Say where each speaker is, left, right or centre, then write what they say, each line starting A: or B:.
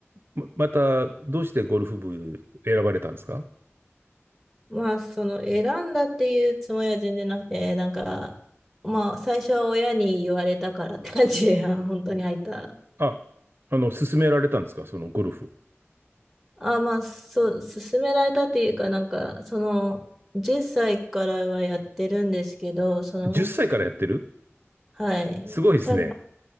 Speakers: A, on the right; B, in the centre.
A: ま、また、どうしてゴルフ部選ばれたんですか
B: まあその選んだっていうつもりは全然なくて、なんかまあ最初は親に言われたからって感じで、あの本当に入った
A: あ、あの、勧められたんですかそのゴルフを。
B: あ、まあ、そう、勧められたっていうか、なんか、その、10歳からはやってるんですけど、その、
A: 10歳からやってる
B: はい。
A: すごいですね。
B: ただ、